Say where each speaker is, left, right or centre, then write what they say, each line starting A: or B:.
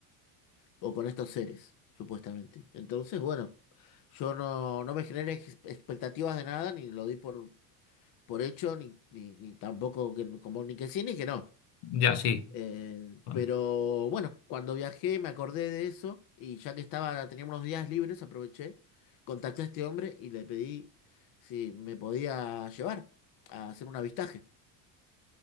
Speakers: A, on the left; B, on the left.
A: o con estos seres, supuestamente. Entonces, bueno, yo no, no me generé ex- expectativas de nada, ni lo di por, por hecho, ni, ni, ni tampoco que, como ni que sí ni que no.
B: Ya sí,
A: Eh,
B: Bueno,
A: pero bueno, cuando viajé me acordé de eso y ya que estaba, tenía unos días libres, aproveché, contacté a este hombre y le pedí si me podía llevar a hacer un avistaje.